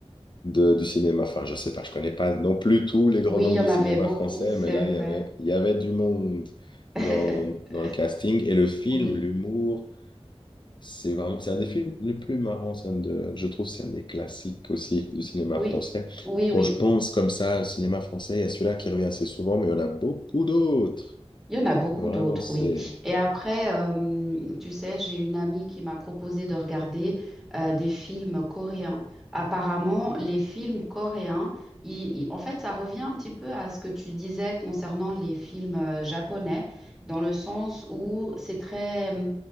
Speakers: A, on the left; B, in the centre.
A: de- du cinéma. Enfin, je sais pas, je connais pas non plus tous les grands
B: oui,
A: noms
B: il y
A: du
B: en avait
A: cinéma
B: beaucoup,
A: français,
B: c'est
A: mais là,
B: vrai.
A: il y avait, il y avait du monde
B: <laughs>
A: dans, dans le casting. Et le film,
B: Oui,
A: l'humour, c'est vraiment, c'est un des films les plus marrants. c'est un de- je trouve, c'est un des classiques aussi du cinéma
B: oui,
A: français.
B: oui,
A: Quand
B: oui.
A: je pense comme ça, au cinéma français, il y a celui-là qui revient assez souvent, mais il y en a beaucoup d'autres.
B: Il y en a beaucoup
A: Vraiment,
B: d'autres,
A: c'est
B: oui. Et après, euh, tu sais, j'ai une amie qui m'a proposé de regarder euh, des films coréens. Apparemment, les films coréens, ils- ils- en fait, ça revient un petit peu à ce que tu disais concernant les films euh, japonais, dans le sens où c'est très, euh,